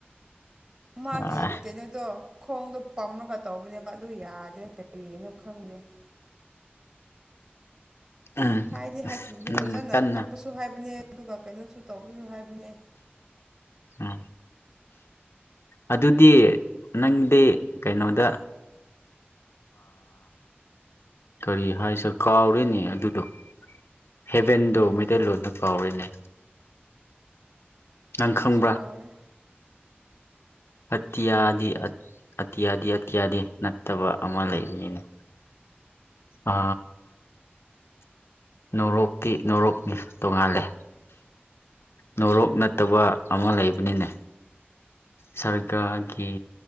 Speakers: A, on the right (about 40°); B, on the left (about 85°).
A: ꯃꯥꯒꯤ
B: ꯎꯝ
A: ꯀꯩꯅꯣꯗꯣ ꯈꯣꯡꯗꯣ ꯄꯝꯃꯒ ꯇꯧꯕꯅꯦꯕ ꯑꯗꯨ ꯌꯥꯗꯦ ꯀꯔꯤꯒꯤꯅꯣ ꯈꯪꯗꯦ
B: ꯎꯝ
A: ꯍꯥꯏꯗꯤ ꯍꯥꯏꯈꯤꯕꯅꯦ
B: ꯅꯪꯅ
A: ꯐꯖꯅ
B: ꯀꯟꯅ
A: ꯀꯞꯄꯁꯨ ꯍꯥꯏꯕꯅꯦ ꯑꯗꯨꯒ ꯀꯩꯅꯣꯁꯨ ꯇꯧꯔꯁꯨ ꯍꯥꯏꯕꯅꯦ
B: ꯎꯝ ꯑꯗꯨꯗꯤ ꯅꯪꯗꯤ ꯀꯩꯅꯣꯗ ꯀꯔꯤ ꯍꯥꯏꯁꯔ ꯀꯥꯎꯔꯤꯅꯦ ꯑꯗꯨꯗꯣ ꯍꯦꯕꯦꯟꯗꯣ
A: ꯀꯩ
B: ꯃꯩꯇꯩꯂꯣꯟꯗ ꯀꯥꯎꯔꯤꯅꯦ ꯅꯪ ꯈꯪꯕ꯭ꯔꯥ
A: ꯑꯩꯁꯨ ꯀꯥꯎꯔꯦ
B: ꯑꯇꯤꯌꯥꯗꯤ ꯑꯇꯤꯌꯥꯗꯤ ꯑꯇꯤꯌꯥꯗꯤ ꯅꯠꯇꯕ ꯑꯃ ꯂꯩꯕꯅꯤꯅ ꯑ ꯅꯔꯣꯛꯇꯤ ꯅꯔꯣꯛꯅꯤ ꯇꯣꯡꯉꯥꯜꯂꯦ ꯅꯣꯔꯣꯛ ꯅꯠꯇꯕ ꯑꯃ ꯂꯩꯕꯅꯤꯅꯦ ꯁꯔꯀꯥꯔꯒꯤ